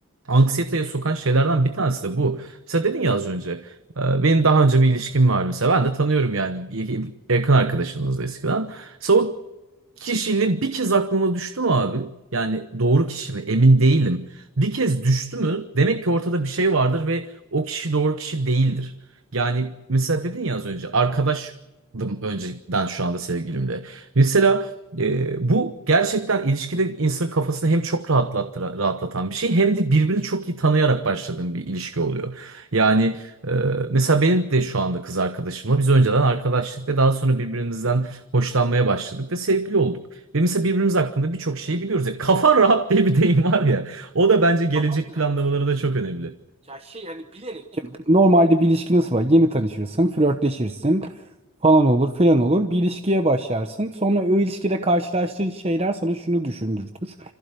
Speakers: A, on the right; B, on the right.
A: anksiyeteye sokan şeylerden bir tanesi de bu. Mesela dedin ya az önce e, benim daha önce bir ilişkim vardı mesela ben de tanıyorum yani y- yakın arkadaşımızdı eskiden. Mesela o kişiyle bir kez aklıma düştü mü abi? Yani doğru kişi mi? Emin değilim. Bir kez düştü mü? Demek ki ortada bir şey vardır ve o kişi doğru kişi değildir. Yani mesela dedin ya az önce arkadaşdım önceden şu anda sevgilimle. Mesela ee, bu gerçekten ilişkide insanın kafasını hem çok rahatlattı, rahatlatan bir şey hem de birbirini çok iyi tanıyarak başladığın bir ilişki oluyor. Yani e, mesela benim de şu anda kız arkadaşımla biz önceden arkadaşlık ve daha sonra birbirimizden hoşlanmaya başladık ve sevgili olduk. Ve mesela birbirimiz hakkında birçok şeyi biliyoruz. Ya, kafan <laughs> rahat diye bir deyim var ya. O da bence gelecek
B: Kafan rahat.
A: planlamalarında çok önemli.
B: Ya şey yani bilerek Normalde bir ilişki nasıl var? Yeni tanışırsın, flörtleşirsin falan olur filan olur. Bir ilişkiye başlarsın. Sonra o ilişkide karşılaştığın şeyler sana şunu düşündürtür.